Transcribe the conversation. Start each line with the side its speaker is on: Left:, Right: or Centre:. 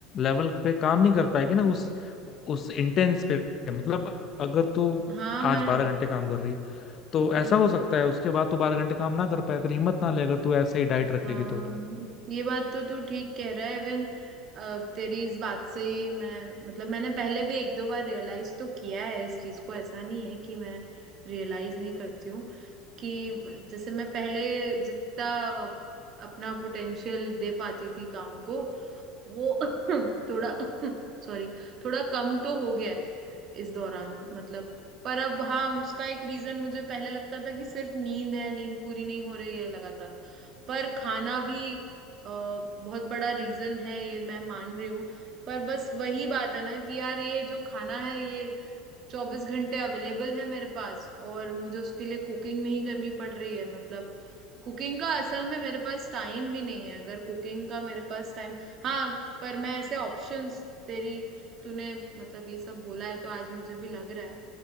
Left: लेवल पे काम नहीं कर पाएगी ना उस उस इंटेंस पे मतलब अगर तू
Right: हाँ मैं
Left: आज बारह घंटे काम कर रही है तो ऐसा
Right: हम्म
Left: हो सकता है उसके बाद तू बारह घंटे काम ना कर पाए तेरी हिम्मत ना ले अगर तू ऐसे ही डाइट रखेगी
Right: हाँ
Left: तो अपना
Right: ये बात तो तू ठीक कह रहा है इवन तेरी इस बात से ही मैं मतलब मैंने पहले भी एक दो बार रियलाइज तो किया है इस चीज को ऐसा नहीं है कि मैं रियलाइज नहीं करती हूँ कि जैसे मैं पहले जितना अ, अपना पोटेंशियल दे पाती थी काम को वो <laughs> थोड़ा <laughs> सॉरी थोड़ा कम तो हो गया है इस दौरान मतलब पर अब हाँ उसका एक रीजन मुझे पहले लगता था कि सिर्फ नींद है नींद पूरी नहीं हो रही है लगातार पर खाना भी अ, बहुत बड़ा रीजन है ये मैं मान रही हूँ पर बस वही बात है ना कि यार ये जो खाना है ये चौबीस घंटे अवेलेबल है मेरे पास और मुझे उसके लिए कुकिंग नहीं करनी पड़ रही है मतलब कुकिंग का असल में मेरे पास टाइम भी नहीं है अगर कुकिंग का मेरे पास टाइम हाँ पर मैं ऐसे ऑप्शंस तेरी तूने मतलब ये सब बोला है तो आज मुझे भी लग रहा है